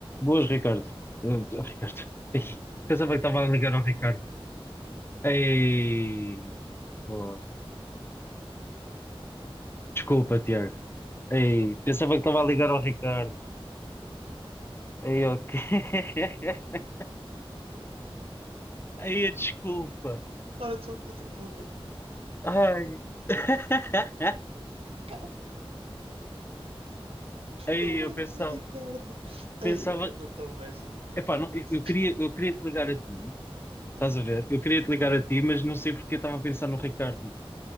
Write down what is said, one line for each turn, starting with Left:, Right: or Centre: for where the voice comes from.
Left: Boas, Ricardo. Eh, oh, Ricardo. Ei, pensava que estava a ligar ao Ricardo. Ei, fo- desculpa, Tiago. Ei, pensava que estava a ligar ao Ricardo. Ei, ok. <laughs> Ei, a desculpa.
Right: Olha, eu estou eu estou a morrer.
Left: Ai. <laughs>
Right: Calma,
Left: Ei,
Right: ele manda-me
Left: eu pensava,
Right: o Ricardo.
Left: pensava,
Right: Ai, olha, matou-me essa. Matou-me
Left: epá, não, eu,
Right: essa.
Left: eu queria, eu queria te ligar a ti. Estás a ver? Eu queria te ligar a ti, mas não sei porque eu estava a pensar no Ricardo. meu.